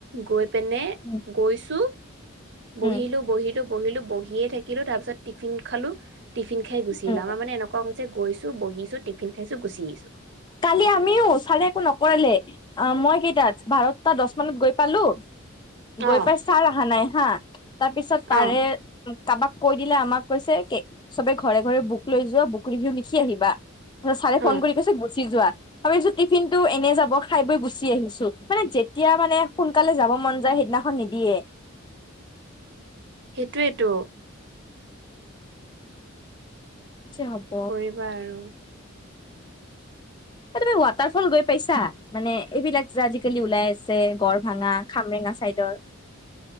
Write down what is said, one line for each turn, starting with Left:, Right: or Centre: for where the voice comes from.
Right: গৈ পিনে
Left: উম
Right: গৈছোঁ, বহিলোঁ
Left: উম
Right: বহিলোঁ বহিলোঁ বহিয়ে থাকি থাকিলো, তাৰপিছত টিফিন খালো টিফিন খাই গুচি আহিলোঁ।
Left: উম
Right: আমাৰ মানে এনেকুৱা হৈছে গৈছোঁ বহিছোঁ টিফিন খাইছোঁ। গুছি আহিছোঁ।
Left: কালি আমিও চাৰে একো নকৰালে অ', মই কেইটাত বাৰতাত। ত দহ মানত গৈ পালোঁ। গৈ
Right: অ
Left: পাই ছাৰ অহা নাই হা, তাৰপিছত তাৰে
Right: অ
Left: তাৰপা কৈ দিলে, আমাক কৈছে চবে ঘৰে ঘৰে বুক লৈ যোৱা বুক ৰিভিউ লিখি আহিবা। ছাৰে
Right: হা
Left: ফোন কৰি কৈছে গুচি যোৱা। ভাবিছো টিফিন টো এনে যাব খাই বৈ গুচি আহিছো মানে যেতিয়া মানে সোনকালে যাব মন যায়। সিদিনাখন নিদিয়ে।
Right: সেইটোৱেইেতো।
Left: কি যে হ'ব।
Right: কৰিবা আৰু
Left: এই তুমি ৱাটাৰ ফল গৈ পাইছাঁ, মানে এইবিলাক যে আজিকালি ওলাই আছে। ছে গড় ভাঙা খামৰেঙা চাইডৰ।